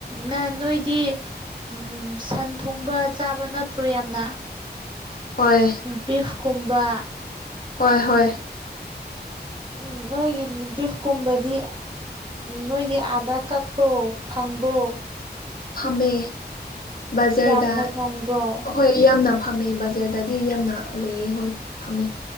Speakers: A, on the right (about 25°); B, on the left (about 55°).
A: ꯅ ꯅꯣꯏꯗꯤ ꯎꯝ ꯁꯟ ꯊꯣꯡꯕ ꯆꯥꯕ ꯅꯠꯇ꯭ꯔꯣ ꯌꯥꯝꯅ
B: ꯍꯣꯏ
A: ꯕꯤꯐ ꯀꯨꯝꯕ
B: ꯍꫭꯏ ꯍꯣꯏ
A: ꯎꯝ ꯅꯣꯏꯒꯤ ꯕꯤꯐ ꯀꯨꯝꯕꯗꯤ ꯅꯣꯏꯗꯤ ꯑꯥꯗꯥ ꯀꯛꯄ꯭ꯔꯣ ꯐꯪꯕ ꯕ꯭ꯔꯣ
B: ꯐꯝꯃꯦ ꯕꯖꯔꯗ
A: ꯌꯥꯝꯅ ꯐꯪꯕ꯭ꯔꯣ
B: ꯑꯍꯣꯏ ꯌꯥꯝꯅ ꯐꯝꯃꯦ ꯕꯖꯔꯗꯗꯤ ꯌꯥꯝꯅ ꯂꯩꯌꯦ ꯍꯣꯏ ꯐꯝꯃꯦ